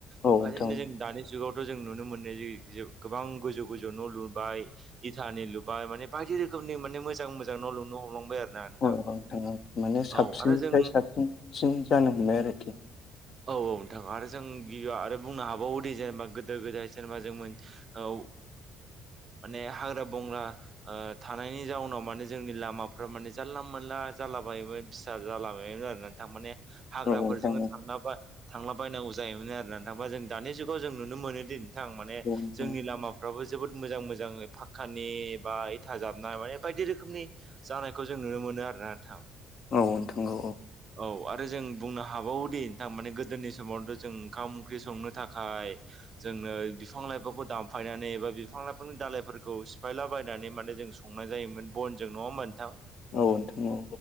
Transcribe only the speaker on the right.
बेबायदिनो
जों दानि जुगाव जों नुनो मोनो ज गोबां गोजौ गोजौ न' लुबाय इटानि लुबाय माने बायदि रोखोम। मनि मोजां मोजां न' लुनो हमलांबाय आरो। ना नोंथां
औ आरो जों
औ औ नोंथां आरो जों गिबि आरो बुंनो हाबावोदि जेनेबा गोदो गोदाय जेनेबा जों मोन औ माने हाग्रा बंग्रा थानायनि जाउनाव माने जोंनि लामाफ्रा माने जानला मोनला जालाबायोमोन फिसा जालाबायोमोन आरोना नोंथां माने हाग्राफोरजोंनो
थांला थांलाबायनांगौ जायोमोन आरोना थांबा जों दानि जुगाव जों नुनो मोनोदि माने
जोंनि
लामाफ्राबो जोबोद मोजां मोजां फाक्कानि बा इथा जाबनाय माने बायदि रोखोमनि जानायखौ जों नुनो मोनो आरोना नोंथां।
औ आरो जों बुंनो हाबावोदि थारमाने गोदोनि समावथ' जों ओंखाम ओंख्रि संनो थाखाय। जोंनो बिफां लाइफांखौ दानफायनानै एबा बिफां लाइफांनि दालायफोरखौ सिफायला बायनानै माने जों संनाय जायोमोन बनजों नङा होनबा नोंथां